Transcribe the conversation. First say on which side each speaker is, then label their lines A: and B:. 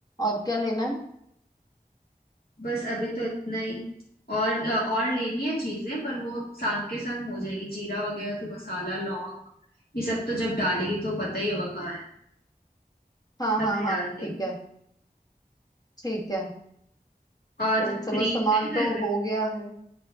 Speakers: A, on the left; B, on the left.
A: और क्या लेना है
B: बस अभी तो इतना ही और अ, और लेनी है चीजें पर वो संग के संग हो जाएगी जीरा वगैरह तो मसाला लौंग ये सब तो जब डालेगी तो पता ही होगा कहाँ है
A: हाँ
B: तभी
A: हाँ हाँ
B: डाल दे
A: ठीक है ठीक है
B: और
A: तो चलो
B: क्रीम
A: सामान
B: है घर
A: तो
B: में
A: हो गया है